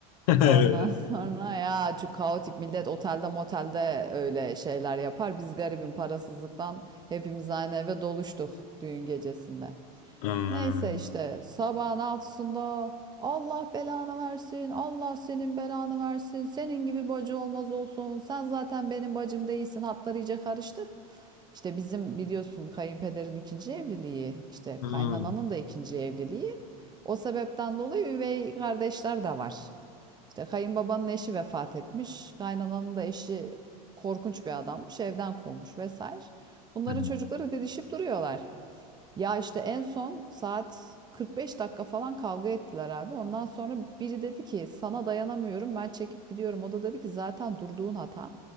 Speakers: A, on the left; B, on the right.
A: <laughs> Evet.
B: Ondan <laughs> sonra ya şu kaotik millet otelde motelde öyle şeyler yapar. Biz garibim parasızlıktan hepimiz aynı eve doluştuk düğün gecesinde.
A: Hmm.
B: Neyse işte sabahın altısında Allah belanı versin, Allah senin belanı versin, senin gibi bacı olmaz olsun, sen zaten benim bacım değilsin, hatlar iyice karıştı. İşte bizim biliyorsun kayınpederin ikinci evliliği, işte
A: Hmm.
B: kaynananın da ikinci evliliği. O sebepten dolayı üvey kardeşler de var. İşte kayınbabanın eşi vefat etmiş. Kaynananın da eşi korkunç bir adammış. Evden kovmuş vesaire. Bunların
A: <laughs>
B: çocukları didişip duruyorlar. Ya işte en son saat 45 dakika falan kavga ettiler abi. Ondan sonra biri dedi ki sana dayanamıyorum ben çekip gidiyorum. O da dedi ki zaten durduğun hata.